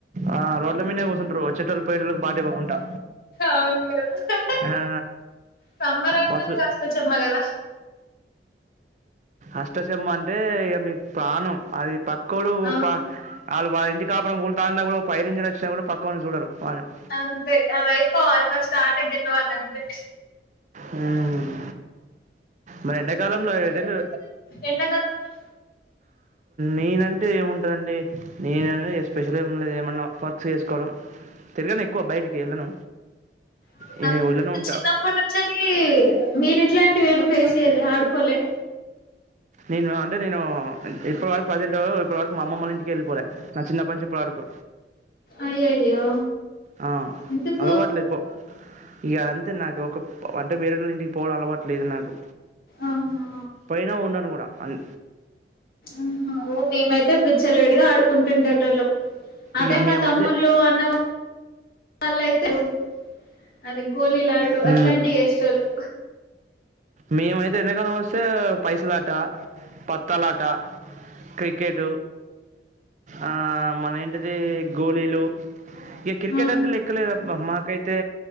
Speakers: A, on the right (about 40°); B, on the left (about 55°).
A: ఆ రోడ్ల మీననే పోతంట్రు చెట్ ల్లు పోయటలకు బాటి ఇవ్వకుండా
B: అవును కదా
A: ఆ
B: సమ్మర్ అంటేనే
A: వర్స్
B: అష్టచమ్మ కదా
A: అష్టచమ్మ అంటే ఇక మీకు ప్రాణం అది పక్ కోడు
B: అవును
A: పాక్ వాళ్ళు వాళ్ళ ఇంటి కాపురం కూలుతాన్నా కూడా పైరింజన్ వచ్చినా కూడా పక్కోళ్ళని చూడరు. వాళ్ళు
B: అంతే అది అయిపోవాలి అద ఫస్ట్ ఆట గెల్వాలి అంతే
A: హుమ్ మరి ఎండాకాలంలో ఎండలు
B: ఎండా కాలంలో
A: నేనంటే ఏముంటుదండి. నేన ఎస్పెషల్గా లే ఏమన్నా వర్క్ చేసుకోవడం. తిరగను ఎక్కువ బయటికి వెళ్ళను
B: అవునా
A: నేను ఊళ్ళోనే
B: అంటే
A: ఉంటా
B: చిన్నప్పటి నుంచిళి మీరు ఇట్లాంటివి ఏమి ఫేస్ చేయాలే ఆడుకోలే
A: నేను అంటే నేను ఇప్పటివరకు ప్రజెంట్ ఇప్పటి వరకు మా అమ్మమ్మ వాళ్ళ ఇంటికి వెళ్ళిపోలే. నా చిన్నప్పటి నుంచి ఇప్పటి వరకు
B: అయ్యయ్యో
A: ఆ
B: ఎందుకు
A: అలవాట్లేదుపొ. ఇగ అంతే నాకు ఒక అంటే వేరేటోళ్ళ ఇంటికి పోవడం అలవాటు లేదు నాకు
B: అవునా
A: పోయినా ఉండను కూడా అన్
B: ఆహా ఓ మేమైతే విచ్చలవిడిగా ఆడుకుంటుండేటోళ్ళం అదే
A: ఇగ
B: మా
A: మేమైతే
B: తమ్ముళ్ళు అన్న వాళ్ళయితే అది గోళీలాడు
A: హు
B: అట్లాంటివి చేసేటోళ్ళు
A: మేమైతే ఎండకాలం వస్తే పైస లాట పత్ తలాట క్రికెట్ ఆ మన ఏంటిది గోళీలు ఇక క్రికెట్
B: ఆ
A: అంటే లెక్కలేదు మ మాకైతే